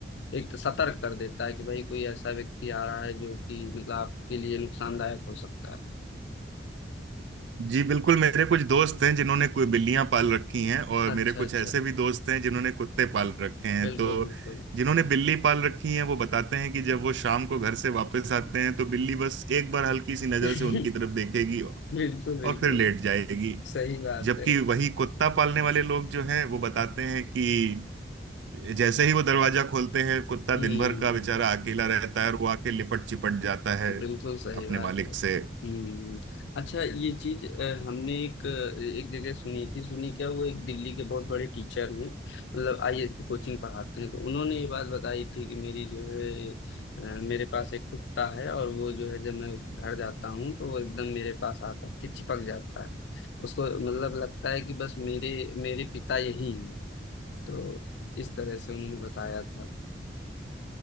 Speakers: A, on the left (about 65°); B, on the right (about 75°).
A: एक तो सतर्क कर देता है कि भाई कोई ऐसा व्यक्ति आ रहा है जो कि मतलब आपके लिए नुकसानदायक हो सकता है
B: जी बिल्कुल मेरे कुछ दोस्त हैं जिन्होंने कोई बिल्लियां पाल रखी हैं और
A: अच्छा
B: मेरे कुछ
A: अच्छा
B: ऐसे भी दोस्त हैं जिन्होंने कुत्ते पाल रखे हैं
A: बिल्कुल
B: तो
A: बिल्कुल
B: जिन्होंने बिल्ली पाल रखी है वो बताते हैं कि जब वो शाम को घर से वापस आते हैं तो बिल्ली बस एक बार हल्की सी नजर
A: <laughs>
B: से उनकी तरफ देखेगी और
A: बिल्कुल बिल्कुल
B: फिर लेट जाएगी
A: सही बात
B: जबकि
A: है
B: वही कुत्ता पालने वाले लोग जो हैं वो बताते हैं कि जैसे ही वो दरवाजा खोलते हैं कुत्ता
A: हम्म
B: दिन भर का बेचारा अकेला रहता है और वो आके लिपट चिपट जाता है
A: बिल्कुल सही
B: अपने
A: बात
B: मालिक
A: है
B: से
A: हम्म अच्छा ये चीज अ, हमने एक अ, एक जगह सुनी थी सुनी क्या वो एक दिल्ली के बहुत बड़े टीचर हैं मतलब आईएएस की कोचिंग पढ़ाते हैं तो उन्होंने ये बात बताई थी कि मेरी जो है अ, मेरे पास एक कुत्ता है और वो जो है जब मैं घर जाता हूँ तो वो एकदम मेरे पास आकर के चिपक जाता है उसको मतलब लगता है कि बस मेरे मेरे पिता यही हैं तो इस तरह से उन्होंने बताया था